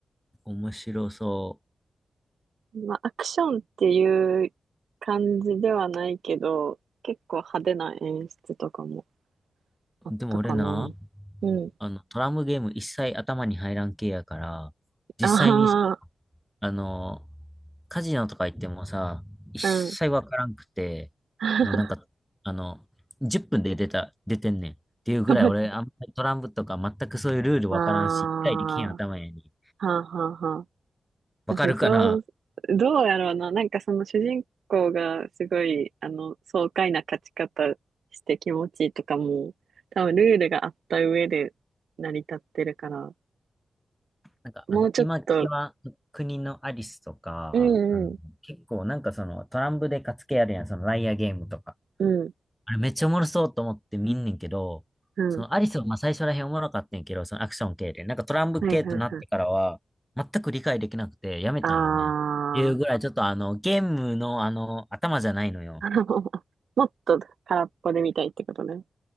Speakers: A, in the centre; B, on the right.
A: 面白そう。
B: <laughs> まあアクションっていう感じではないけど、結構派手な演出とかもあったかな。
A: でも俺な、
B: うん。
A: あの、トランプゲーム一切頭に入らん系やから、実際にさ、
B: あ
A: あの、カジノとか行ってもさ、一切わからんくて、
B: あ、うん。<laughs>
A: もうなんか、あの、10分で出た、出てんねん。っていうぐらい俺、
B: マジで
A: あんまりトランプとか全くそういうルールわからんし、
B: ああは
A: 一回できへん頭やに。
B: あはあはあ。
A: わかるかな
B: 私そう、どうやろうな。なんかその主人公がすごい、あの、爽快な勝ち方して気持ちいいとかも、多分ルールがあった上で成り立ってるから、
A: なんか、
B: もうちょっと、
A: あの、今、キワ国のアリスとか、
B: うんうん、
A: あの、結構なんかそのトランプで勝つ系あるやん、そのライアーゲームとか。
B: うん、
A: あれめっちゃおもろそうと思って見んねんけど、
B: うん、
A: そのアリスはまあ最初らへんおもろかったんやけど、そのアクション系で。なんかトランプ系となってからは、
B: はいはいはい。
A: 全く理解できなくてやめたんよね。
B: あ
A: っていうぐらいちょっとあの、ゲームのあの、頭じゃないのよ。
B: あ <laughs> もっと空っぽで見たいってことね。